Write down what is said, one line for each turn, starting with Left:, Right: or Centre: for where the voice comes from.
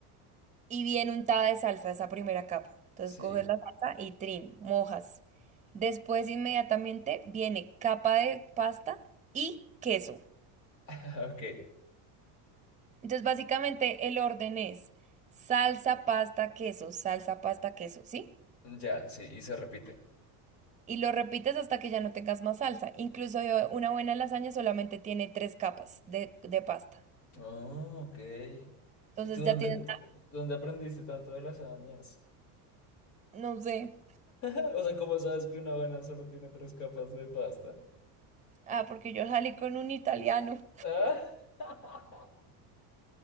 Right: y bien untada de salsa esa primera capa. Entonces
Left: sí.
Right: coges la salsa y trim, mojas. Después inmediatamente viene capa de pasta y queso.
Left: <laughs> Ok,
Right: Entonces básicamente el orden es salsa, pasta, queso, salsa, pasta, queso, ¿sí?
Left: ya, sí, y se repite.
Right: Y lo repites hasta que ya no tengas más salsa. Incluso yo- una buena lasaña solamente tiene tres capas de, de pasta.
Left: Oh, ok.
Right: Entonces
Left: ¿Y tú dónde,
Right: ya tienes,
Left: tú- dónde aprendiste tanto de lasañas?
Right: no sé.
Left: <laughs> O sea, ¿cómo sabes que una buena solo tiene tres capas de pasta?
Right: Ah, porque yo salí con un italiano
Left: Ah, <laughs>